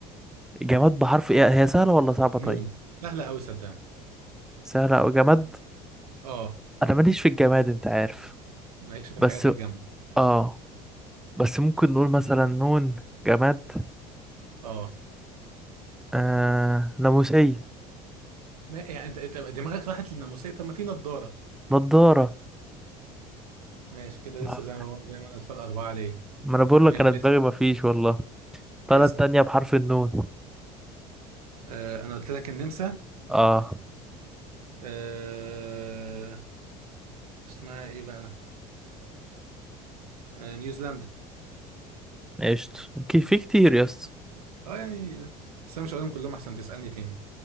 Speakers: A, in the centre; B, on the right.
A: جماد بحرف ايه هي سهلة ولا صعبة طيب
B: نون سهلة أوي صدقني
A: سهلة او جماد
B: اه
A: انا ماليش في الجماد انت عارف
B: مالكش في
A: بس
B: الحاجات الجامدة
A: اه بس ممكن نقول مثلا نون جماد
B: اه
A: آه ناموسية
B: ما يعني انت انت دماغك راحت للناموسية طب ما في نضارة
A: نضارة
B: ماشي كده
A: ما
B: لسه زي ما هو زي ما انا الفرق أربعة ليا
A: ما انا بقول لك
B: ماشي
A: انا دماغي
B: لسه
A: مفيش والله بلد
B: اسأل
A: تانية بحرف النون
B: آه انا قلت لك النمسا
A: اه
B: آه اسمها ايه بقى آه نيوزيلندا
A: قشطة اوكي في كتير يا اسطى
B: اه يعني بس انا مش هقولهم كلهم احسن تسألني تاني